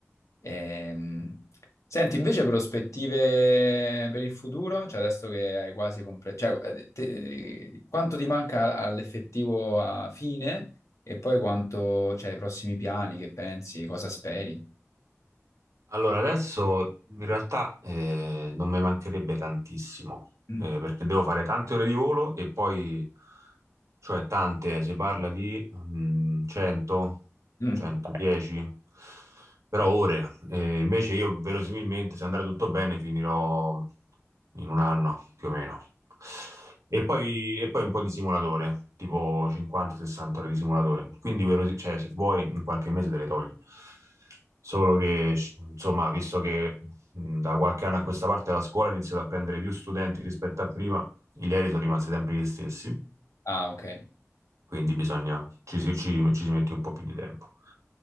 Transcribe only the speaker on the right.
Allora, adesso in realtà eh, non mi mancherebbe tantissimo,
eh, perché devo fare tante ore di volo e poi, cioè tante, si parla di mm, 100,
110, però ore. Eh, invece io verosimilmente, se andrà tutto bene, finirò in un anno più o meno. E poi, e poi un po' di simulatore, tipo 50-60 ore di simulatore. Quindi, veros- cioè, se vuoi, in qualche mese te le togli. Solo che, insomma, visto che mh, da qualche anno a questa parte la scuola ha iniziato a prendere più studenti rispetto a prima, i aerei sono rimasti sempre gli stessi
quindi bisogna, ci, si ci- ci si mette un po' più di tempo.